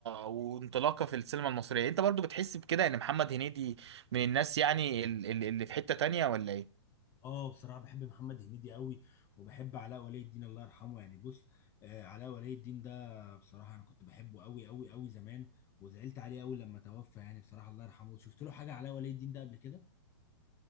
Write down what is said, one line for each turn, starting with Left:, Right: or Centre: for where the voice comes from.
Right: وانطلاقه في السينما المصريه انت برضو بتحس بكده ان محمد هنيدي من الناس يعني ال- ال- اللي في حته تانية ولا ايه
Left: اه بصراحه بحب محمد هنيدي قوي وبحب علاء ولي الدين الله يرحمه يعني بص آه علاء ولي الدين ده بصراحه انا كنت بحبه قوي قوي قوي زمان وزعلت عليه قوي لما توفى يعني بصراحه الله يرحمه شفت له حاجه علاء ولي الدين ده قبل كده